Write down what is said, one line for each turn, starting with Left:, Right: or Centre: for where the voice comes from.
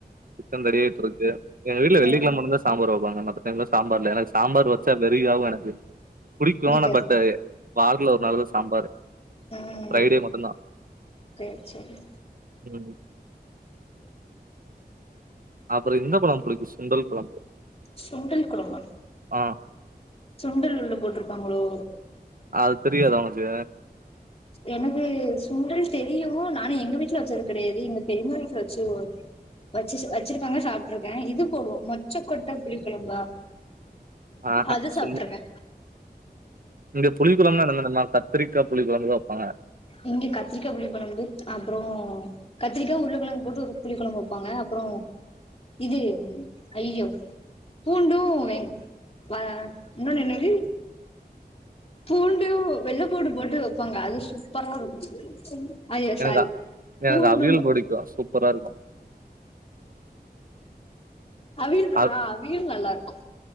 Right: டிபன் ரெடி ஆகிட்டு இருக்கு எங்க வீட்டுல வெள்ளிக்கிழம
Left: ம்
Right: மட்டு தா சாம்பார் வப்பாங்க மத்த டைம்ல சாம்பார் இல்ல ஏனா எனக்கு சாம்பார் வச்சா வெரி ஆவு எனக்கு புடிக்கு
Left: பிடிக்காது
Right: ஆனா பட் வாரத்துல ஒரு நாள்தா சாம்பாரு
Left: ம்
Right: ஃப்ரைடே
Left: ம்
Right: மட்டுந்தா
Left: செரி செரி
Right: ம் அப்புற இந்த பழோ புடிக்கு சுண்டல் கொழம்பு
Left: சுண்டல் கொழம்பமா
Right: ஆ
Left: சுண்டல் உள்ள போட்டிருப்பாங்களோ
Right: அது தெரியாதா உனக்கு
Left: எனக்கு சுண்டல் தெரியு நானு எங்க வீட்டுல வெச்சது கெடையாது எங்க பெரிம்மா வீட்ல வெச்சு ஒ வச்சு வச்சிருக்காங்க சாப்பிட்டுருக்கே இது போடுவோ மொச்சக்கொட்ட புளிக்கொழம்பா
Right: ஆஹ
Left: அது சாப்ட்டுருக்கே
Right: சுண் இங்க புளி கொழம்புனா <unintelligible> தெர்மா கத்திரிக்கா புளி கொழம்புதா வைப்பாங்க
Left: இங்க கத்திரிக்கா புளிக் கொழம்பு அப்பறோ கத்திரிக்கா உருளகெழங்கு போட்டு ஒரு புளி கொழம்பு வைப்பாங்க அப்பறோ இது அய்யோ பூண்டு வெ வ இன்னொன்னு என்னது பூண்டு வெள்ளை பூண்டு போட்டு வைப்பாங்க அது சூப்பரா இருக்கு அய்யோ
Right: எனக்கு
Left: சாரி
Right: எனக்கு
Left: பூண்டுன்னு
Right: அவியல் பிடிக்கு சூப்பரா இருக்கு
Left: அவிய
Right: அ
Left: ஆ அவியல் நல்லாருக்கு